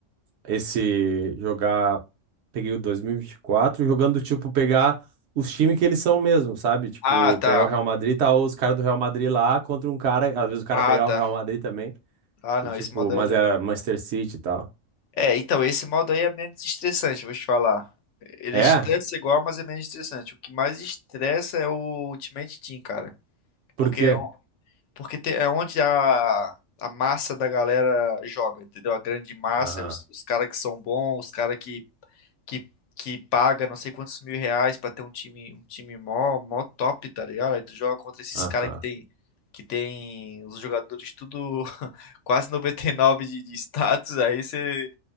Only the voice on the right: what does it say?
Esse jogar. Peguei o 2024, jogando tipo pegar os times que eles são mesmo, sabe? Tipo,
pegar o Real Madrid, tá os caras do Real Madrid lá contra um cara. Às vezes o cara
pegar
o Real Madrid também.
E
tipo,
mas
era Manchester City e tal.
É?
Por
quê?
Aham,
aham.